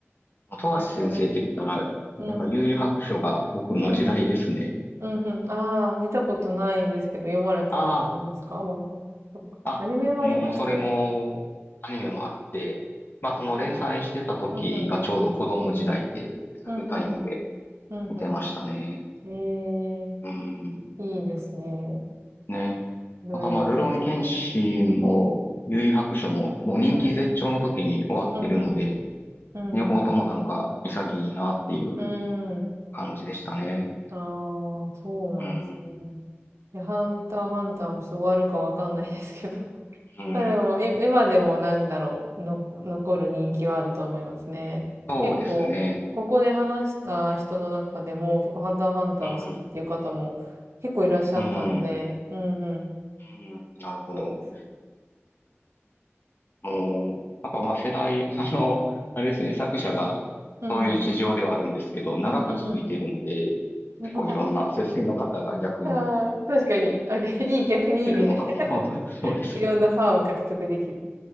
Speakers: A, on the left; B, on the right.
A: 富樫先生って言ったら、
B: なかなか。うん。
A: なんか悠々白書が僕の時代ですね。
B: うんうん。うんうん。ああ、見たことないんですけど、読まれたことありますか漫画。
A: あ
B: かアニメもありましたっけ
A: あ、あ、もう、もうそれも、アニメもあって、まあその連載してた時がちょうど子供時代で、
B: あうん。うんうん。
A: リアルタイムで
B: うん、うん、うん、
A: 見てましたね。
B: うんうん。ええ、
A: うん。
B: いいですね。
A: ね。
B: いろいろ名作。
A: なんかまあ、るろうに剣心も、悠々白書も、もう人気絶頂の時に終わってるので、
B: うん、うん、うん、うん、
A: 両方ともなんか潔いなっていう
B: うん、うん。うん、うん。
A: 感じでしたね。
B: ああー、そうなんですね。
A: うん。
B: で、ハンター、ハンターもちょっと終わるかわかんないですけど。<laughs>
A: うん。
B: まあでも、い今でもなんだろう、の、残る人気はあると思いますね。
A: そうですね。
B: 結構、ここで話した人の中でも、結構ハンター、ハンターを好きっていう方も結構いらっしゃったので、
A: うん、うん、
B: うん、うん。
A: うん、なるほど。
B: そうですね。
A: もう、やっぱまあ世代、<laughs> あの、あれですね、作者がそういう事情ではあるんですけど、
B: うん、うん。
A: 長く続いているので、
B: うんうん。<laughs>
A: 結構いろんな世代の方が逆に
B: ああ、確かに。あ、げいい、逆にいい意味で。
A: いるのかも。<laughs> そうですね。
B: <laughs> いろんなファンを獲得できる。